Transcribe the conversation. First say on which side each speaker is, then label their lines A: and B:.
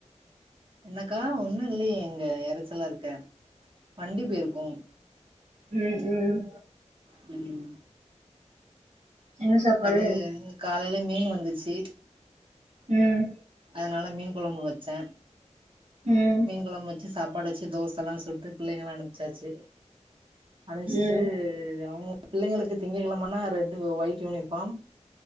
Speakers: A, on the right (about 45°); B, on the right (about 70°).
A: என்னக்கா ஒன்னு இல்லையே எங்க இறைச்சலா இருக்க வண்டி பேயிருக்கு
B: ம் ஹும்
A: ம்
B: என்ன சாப்பாடு
A: அது இ காலைல மீன் வந்துச்சு
B: ம்
A: அதனால மீன் கொழம்பு வச்சே
B: ம்
A: மீன் கொழம்பு வச்சு சாப்பாடு வச்சு தோச லா சுட்டு பிள்ளைங்களா அனுப்சாச்சு அனுப்ச்சிட்டு
B: ம்
A: அவங்க பிள்ளைங்களுக் திங்க கிழமன்னா ரெட்டு ஒயிட் யூனிஃபார்ம்